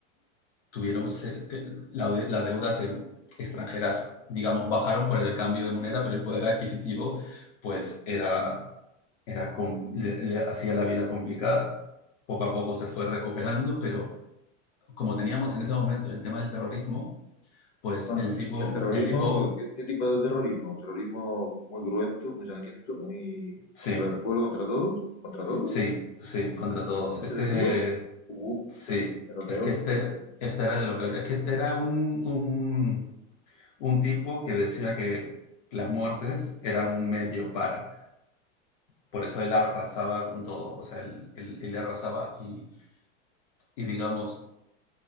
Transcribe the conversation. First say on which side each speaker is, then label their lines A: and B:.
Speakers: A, on the left; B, on the left.
A: tuvieron, se- que la las deudas eh, extranjeras, digamos, bajaron por el cambio de moneda, pero el poder adquisitivo, pues, era, era le, le hacía la vida complicada. Poco a poco se fue recuperando, pero como teníamos en ese momento el tema del terrorismo, pues
B: Ajá.
A: el tipo,
B: ¿Y el terrorismo?
A: el tipo,
B: ¿Qué, qué tipo de terrorismo? ¿Un terrorismo muy cruento, muy sangriento, muy
A: sí,
B: contra el pueblo, contra todos? ¿Contra todos?
A: sí, sí, contra todos.
B: ¿No selectivo?
A: Este,
B: Uh,
A: sí,
B: de lo peor,
A: es que este,
B: de lo peor.
A: este era de lo peor, es que este era un, un un tipo que decía que las muertes eran un medio para. Por eso él arrasaba con todo, o sea, él, él, él arrasaba y, y, digamos,